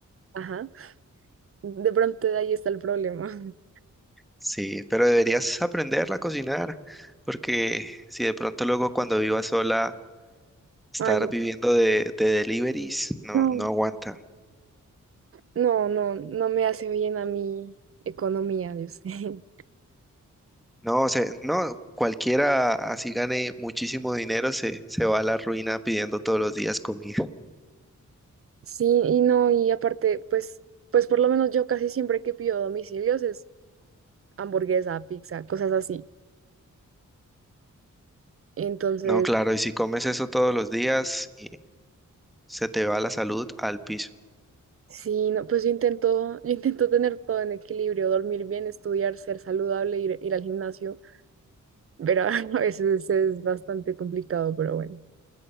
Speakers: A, on the right (about 45°); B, in the centre.
A: ajá, de pronto de ahí está el problema. <laughs>
B: Sí, pero deberías aprenderla a cocinar, porque si de pronto luego cuando vivas sola, estar
A: Ay,
B: viviendo de, de deliveries, no,
A: no,
B: no aguanta.
A: no, no, no me hace bien a mi economía, yo sé. <laughs>
B: No, o sea, no, cualquiera así gane muchísimo dinero se, se va a la ruina pidiendo todos los días comida.
A: Sí, y no, y aparte, pues, pues por lo menos yo casi siempre que pido domicilios es hamburguesa, pizza, cosas así. Entonces,
B: No, claro, y si comes eso todos los días y se te va la salud al piso.
A: sí, no, pues yo intento, yo intento tener todo en equilibrio, dormir bien, estudiar, ser saludable, ir, ir al gimnasio pero <laughs> a veces es bastante complicado, pero bueno.